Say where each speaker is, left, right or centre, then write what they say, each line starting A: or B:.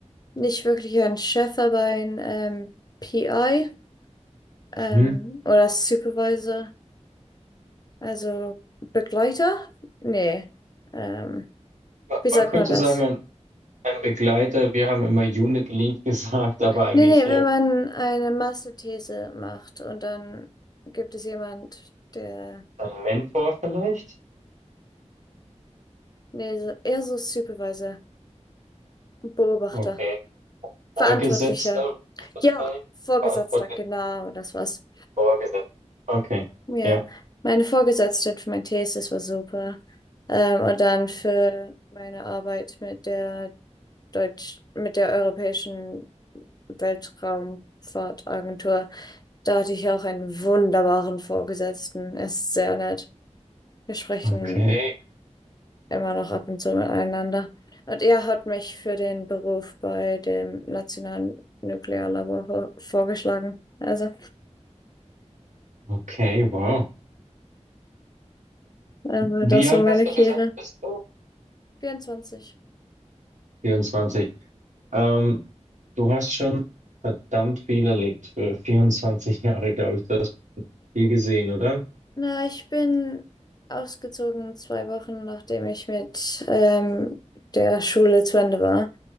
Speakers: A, on the left; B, on the right.
A: nicht wirklich einen Chef, aber einen ähm, PI ähm,
B: Mhm.
A: oder Supervisor, also Begleiter? Nee. Ähm,
B: Ma-
A: wie
B: Man
A: sagt
B: könnte
A: man das?
B: sagen, ein, ein Begleiter, wir haben immer Unit Lead <laughs> gesagt, aber eigentlich
A: Nee, nee,
B: äh,
A: wenn man eine Masterthese macht und dann gibt es jemand, der,
B: ein Mentor vielleicht?
A: nee, so- eher so Supervisor, Beobachter,
B: Okay.
A: Verantwortlicher.
B: Vorgesetzter vielleicht?
A: Ja, Vorgesetzter,
B: Verantwortlich
A: genau, das war's.
B: Vorgesetzter. Okay.
A: Ja,
B: Ja.
A: meine Vorgesetzte für meine Thesis war super. Ähm, und dann für meine Arbeit mit der Deutsch, mit der europäischen Weltraumfahrtagentur. Da hatte ich auch einen wunderbaren Vorgesetzten. Er ist sehr nett. Wir sprechen
B: Okay.
A: immer noch ab und zu miteinander. Und er hat mich für den Beruf bei dem Nationalen Nuklearlabor vor- vorgeschlagen. Also,
B: Okay, wow.
A: also
B: Wie
A: das
B: alt
A: war meine
B: hast
A: Karriere.
B: du gesagt, bist du?
A: 24.
B: 24. Ähm, du hast schon verdammt viel erlebt für 24 Jahre, glaube ich. Du hast viel gesehen, oder?
A: Na, ich bin ausgezogen zwei Wochen, nachdem ich mit ähm, der Schule zu Ende war.